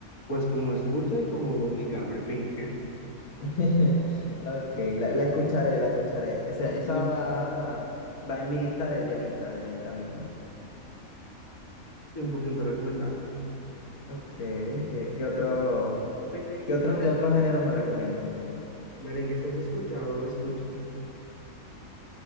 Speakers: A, on the left (about 80°); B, on the left (about 55°).
A: pues como escucha y como dominicano, al fin. <laughs>
B: <laughs> Ok, la, la escucharé, la escucharé. Esa, esa
A: Y
B: va, va en mi lista de, de ahorita, de ahorita mismo.
A: 100% recomendado.
B: Ok, ¿qué, qué otro,
A: Entonces, Merengue,
B: qué otro de otro género me recomiendas?
A: Merengue, si has escuchado o escuchas